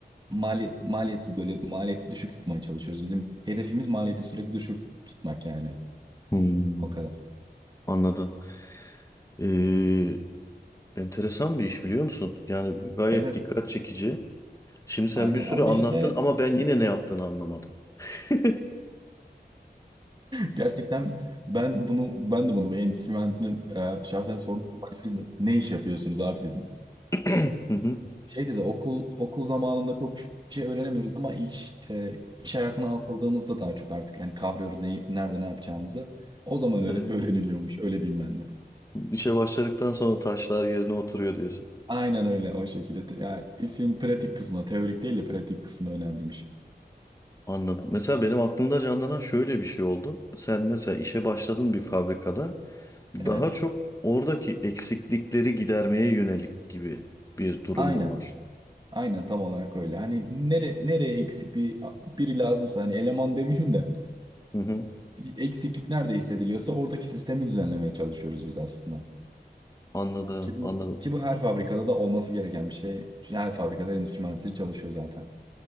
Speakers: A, on the right (about 25°); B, on the left (about 20°).
A: maliyet maliyetsiz böyle maliyeti düşük tutmaya çalışıyoruz. Bizim hedefimiz maliyeti sürekli düşük tutmak yani.
B: Hmm,
A: O kadar.
B: anladım. Ee, enteresan bir iş biliyor musun? Yani gayet
A: Evet,
B: dikkat çekici. Şimdi sen
A: aynen
B: bir sürü
A: ama
B: anlattın
A: işte
B: ama ben yine ne yaptığını anlamadım. <clears throat>
A: Gerçekten ben bunu ben de bunu bu endüstri mühendisine e, şahsen sordum. Siz ne iş yapıyorsunuz abi dedim.
B: Hı hı.
A: Şey dedi okul okul zamanında çok bir şey öğrenemiyoruz ama iş e, iş hayatına atıldığımızda daha çok artık hani kavruyoruz neyi nerede ne yapacağımızı. O zaman öyle
B: Evet.
A: öğreniliyormuş öyle diyeyim ben de.
B: İşe başladıktan sonra taşlar yerine oturuyor diyorsun.
A: Aynen öyle o şekilde. Te- Ya, işin pratik kısmı teorik değil de pratik kısmı önemliymiş.
B: Anladım. Mesela benim aklımda canlanan şöyle bir şey oldu. Sen mesela işe başladın bir fabrikada daha
A: Evet.
B: çok oradaki eksiklikleri gidermeye yönelik gibi bir durum
A: Aynen.
B: mu var?
A: Aynen tam olarak öyle. Hani nere, nereye eksik bir biri lazımsa hani eleman demeyeyim de
B: Hı hı.
A: eksiklik nerede hissediliyorsa oradaki sistemi düzenlemeye çalışıyoruz biz aslında.
B: Anladım,
A: Ki bu
B: anladım,
A: ki bu her fabrikada da olması gereken bir şey. Çünkü her fabrikada endüstri mühendisleri çalışıyor zaten.